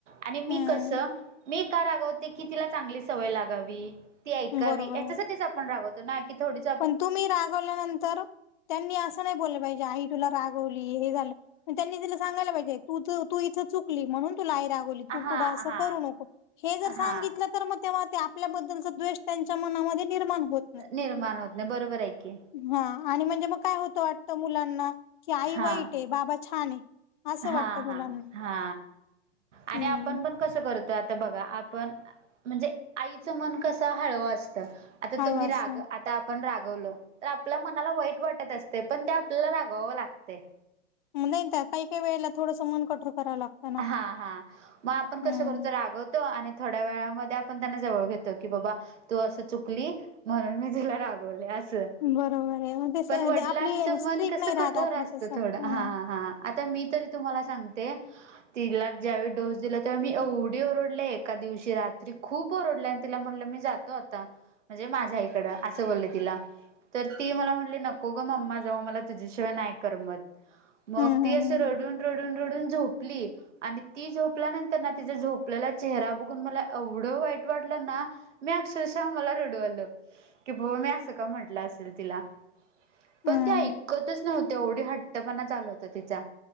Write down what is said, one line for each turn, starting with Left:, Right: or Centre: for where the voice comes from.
Right: आणि मी
Left: हम्म
Right: कसं, मी का रागवते की, तिला चांगली सवय लागावी. ती ऐकावी
Left: बरोबर
Right: याच्यासाठीच
Left: आहे
Right: आपण रागवतो ना, की थोडी
Left: पण तुमी रागवल्यानंतर त्यांनी असं नाही बोललं पाहिजे, आई तुला रागवली हे झालं पण त्यांनी तीला सांगायला पाहिजे तू तू इथं चुक कि म्हणून तुला आई रागावली,
Right: हा
Left: तू पुढं असं
Right: हा
Left: करू नको. हे जर सांगितलं
Right: हा
Left: तर मग तेव्हा ते आपल्याबद्दलचा द्वेष त्यांच्या मनामध्ये निर्माण होत नाही
Right: निर्माण होत नाही. बरोबर आहे. की
Left: हा आणि म्हणजे मग काय होतं वाटत मुलांना की, आई
Right: हा
Left: वाईट आहे, बाबा छान आहे. असं
Right: हा
Left: वाटतं मुलांना
Right: हा हा आणि
Left: हम्म
Right: आपण पण कसं करत तर आता बघा, आपण म्हणजे, आईचं मन कसं हळवं असत. आता
Left: हळू
Right: तुम्ही राग
Left: असं
Right: त आपण रागवल तर आपल्या मनाला वाईट वाटत असते. पण ते आपल्याला रागवावं लागते.
Left: नाही का? काही काही वेळेला थोडंसं मन कठोर करावं लागतं. ना
Right: हा हा मग आपण कसं
Left: हम्म
Right: करतो रागवत तो आणि थोड्या वेळामध्ये आपण त्यांना जवळ घेतो की, बाबा तू असं चुकली. म्हणून मी तिला रागवले असं.
Left: बरोबर आहे मग ते स-
Right: पण वडलांच
Left: ते आपली
Right: मन
Left: स्ट्रीक
Right: कस
Left: नाही राहत
Right: कठोर
Left: आपलं
Right: असत
Left: तसं
Right: थोडं,
Left: हम्म
Right: हा -हा- आता मी तरी तुम्हाला सांगते. तिला ज्यावेळी डोस दिला तेव्हा मी एवढी ओरडले. एका दिवशी रात्री खूप ओरडले आणि तिला म्हणलं मी जात त आता म्हणजे माझ्या आईकडं, असं बोलले तिला. तर ती मला म्हनली, नको ग मम्मा जाऊ, मला तुझ्याशिवाय नाही करमत. मग
Left: हम्म
Right: ती
Left: हम्म
Right: असं रडून, रडून, रडून झोपली. आणि ती झोपल्यानंतर ना, तिचा झोपलेला चेहरा बघून मला एवढं वाईट वाटलं ना! मी अक्षरशः मला रडू आलं की, बाबा मी असं का म्हटलं असेल तिला. पण
Left: हम्म
Right: ते ऐकतच
Left: हम्म.
Right: नव्हते एवढी हट्टपणा चालू होता तिचा.